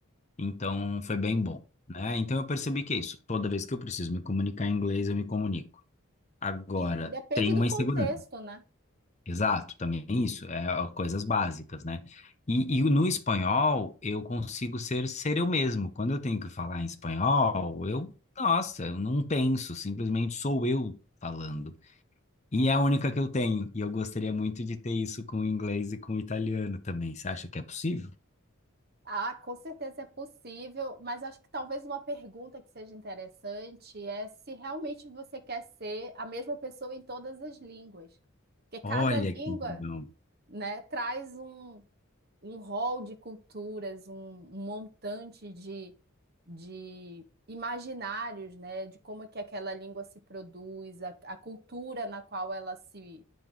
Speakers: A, on the left; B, on the right.
A: Então foi bem bom, né? Então eu percebi que é isso. Toda vez que eu preciso me comunicar em inglês, eu me comunico. Agora,
B: E, e depende
A: tem uma
B: do
A: insegurança.
B: contexto, né?
A: Exato, também é isso, é ó, coisas básicas, né? E, e no espanhol eu consigo ser ser eu mesmo. Quando eu tenho que falar em espanhol, eu, nossa, eu não penso, simplesmente sou eu falando. E é a única que eu tenho, e eu gostaria muito de ter isso com o inglês e com o italiano também. Você acha que é possível?
B: Ah, com certeza é possível, mas acho que talvez uma pergunta que seja interessante é se realmente você quer ser a mesma pessoa em todas as línguas. Porque cada
A: Olha
B: língua,
A: que legal.
B: né, traz um um rol de culturas, um, um montante de, de imaginários, né, de como é que aquela língua se produz, a, a cultura na qual ela se